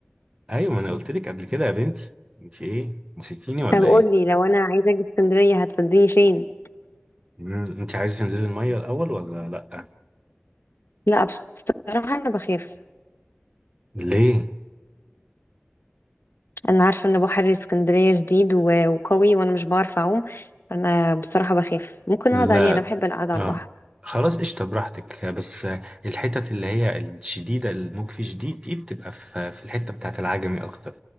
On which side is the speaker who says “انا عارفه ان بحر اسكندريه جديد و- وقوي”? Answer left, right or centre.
Left